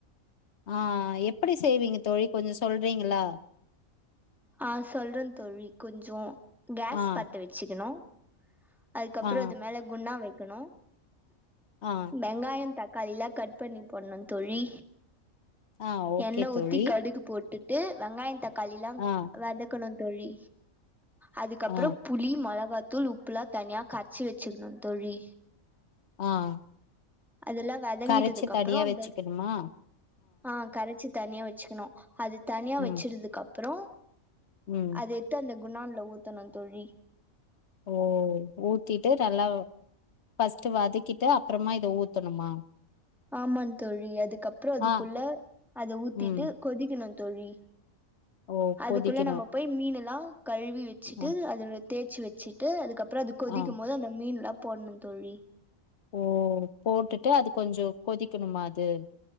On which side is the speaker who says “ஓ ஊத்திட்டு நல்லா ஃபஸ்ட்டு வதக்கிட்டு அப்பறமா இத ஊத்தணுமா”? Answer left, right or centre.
Left